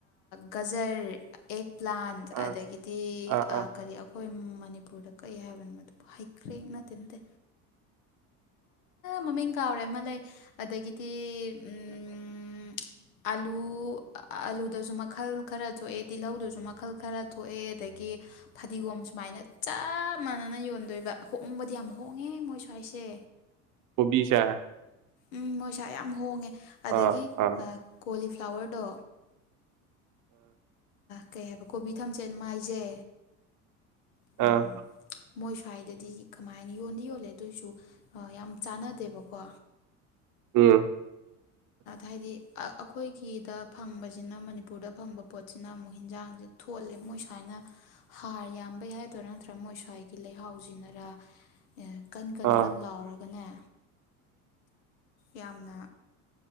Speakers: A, on the left; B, on the right.
A: ꯒꯖꯔ ꯑꯦꯛ ꯄ꯭ꯂꯥꯟ
B: ꯑꯥ
A: ꯑꯗꯒꯤꯗꯤ
B: ꯑꯥ ꯑꯥ
A: ꯀꯔꯤ ꯑꯩꯈꯣꯏ ꯃꯅꯤꯄꯨꯔꯗ ꯀꯩ ꯍꯥꯏꯕꯅꯣ ꯃꯗꯨꯕꯨ ꯍꯩꯈ꯭ꯔꯦ ꯅꯠꯇꯦ ꯅꯠꯇꯦ ꯃꯃꯤꯡ ꯀꯥꯎꯔꯦ ꯑꯃ ꯂꯩ ꯑꯗꯒꯤꯗꯤ ꯎꯝ
B: ꯀ
A: ꯑꯥꯂꯨ ꯑꯥꯂꯨꯗꯁꯨ ꯃꯈꯜ ꯈꯔ ꯊꯣꯛꯑꯦ ꯇꯤꯜꯧꯗꯁꯨ ꯃꯈꯜ ꯈꯔ ꯊꯣꯛꯑꯦ ꯑꯗꯒꯤ ꯐꯗꯤꯒꯣꯝ ꯁꯨꯃꯥꯏꯅ ꯆꯞ ꯃꯥꯟꯅꯅ ꯌꯣꯟꯗꯣꯏꯕ ꯍꯣꯡꯕꯗꯤ ꯌꯥꯝ ꯍꯣꯡꯉꯦ ꯃꯣꯏ ꯁꯋꯥꯏꯁꯦ
B: ꯀꯣꯕꯤꯁꯦ
A: ꯎꯝ ꯃꯣꯏꯁꯥ ꯌꯥꯝ ꯍꯣꯡꯉꯦ ꯑꯗꯒꯤ
B: ꯑꯥ ꯑꯥ
A: ꯀꯣꯂꯤꯐ꯭ꯂꯥꯋꯔꯗꯣ ꯀꯩ ꯍꯥꯏꯕ ꯀꯣꯕꯤ ꯊꯝꯆꯦꯠ ꯃꯥꯏꯁꯦ ꯎꯝ,
B: ꯑꯥ
A: ꯃꯣꯏ ꯁ꯭ꯋꯥꯏꯗꯗꯤ ꯀꯃꯥꯏꯅ ꯌꯣꯟꯗꯤ ꯌꯣꯜꯂꯦ ꯑꯗꯨꯑꯣꯏꯁꯨ ꯌꯥꯝ ꯆꯥꯟꯅꯗꯦꯕꯀꯣ ꯀꯣ
B: ꯎꯝ <inaudible>
A: ꯍꯥꯏꯗꯤ ꯑꯩꯈꯣꯏꯒꯤꯗ ꯐꯪꯕꯁꯤꯅ ꯃꯅꯤꯄꯨꯔꯗ ꯐꯪꯕ ꯄꯣꯠꯁꯤꯅ ꯑꯃꯨꯛ ꯍꯟꯖꯥꯡꯁꯦ ꯊꯣꯂ ꯃꯣꯏ ꯁꯨꯃꯥꯏꯅ ꯍꯥꯔ ꯌꯥꯝꯕꯩ ꯍꯥꯏꯗꯣꯏꯔꯥ ꯅꯠꯇꯥꯔ ꯃꯣꯏꯁ꯭ꯋꯥꯏꯒꯤ ꯂꯩꯍꯥꯎꯁꯤꯅꯔ ꯀꯟ ꯀꯟ
B: ꯑꯥ
A: ꯀꯟ ꯂꯥꯎꯔꯒꯅꯦ ꯌꯥꯝꯅ